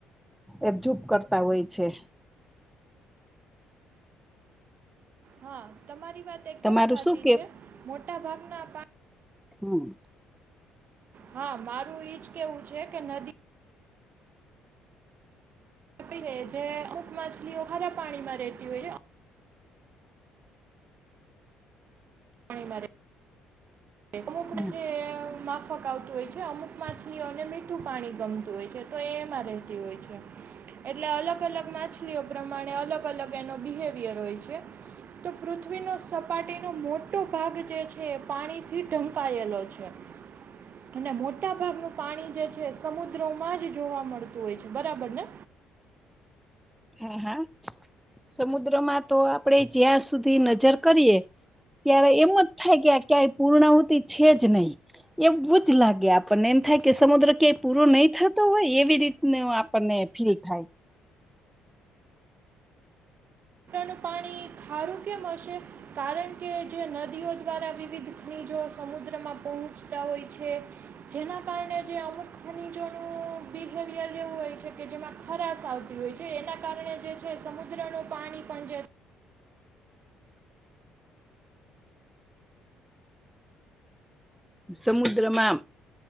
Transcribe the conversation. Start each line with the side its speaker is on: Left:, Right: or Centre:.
Centre: એપજૂપ કરતા હોય છે.
Right: હા તમારી વાત એકદમ
Centre: તમારું
Right: સાચી
Centre: શું
Right: છે મોટા ભાગના પા
Centre: હમ્મ.
Right: હા મારું ઈજ કેવું છે કે નદી <unintelligible> અમુક માછલીઓ ખારા પાણીમાં રેતી હોય છે. પાણી મા રે <unintelligible> ફકાવતું
Centre: હમ.
Right: હોય છે અમુક માછલીઓ અને મીઠું પાણી ગમતું હોય છે તો એમાં રહેતી હોય છે. એટલે અલગ અલગ માછલીઓ પ્રમાણે અલગ અલગ એનો બિહેવિયર હોય છે. તો પૃથ્વીનો સપાટીનો મોટો ભાગ જે છે પાણી થી ઢંકાયેલો છે. અને મોટા ભાગનું પાણી જે છે સમુદ્રમાં જ જોવા મળતું હોય છે બરાબર ને
Centre: હમ હા સમુદ્રમાં તો આપણે જ્યાં સુધી નજર કરીએ ત્યારે એમ જ થાય કે ક્યારેય પૂર્ણાહતિ છે જ નહી. એવું જ લાગે આપણને એમ થાય કે સમુદ્ર ક્યાંય પૂરો નહી થતો હોય એવી રીત આપણને ફલી થાય.
Right: નું પાણી ખારું કેમ હશે કારણ કે જે નદી દ્વારા વિવિધ ખનીજો સમુદ્રમાં પહોંચતા હોય છે જેના કારણે જે અમુક ખનીજોનું બિહેવિયર લેવું હોય છે કે જેમાં ખરાશ આવતી હોય છે એના કારણે જે છે સમુદ્ર ન પાણી પણ
Centre: સમુદ્રમાંમ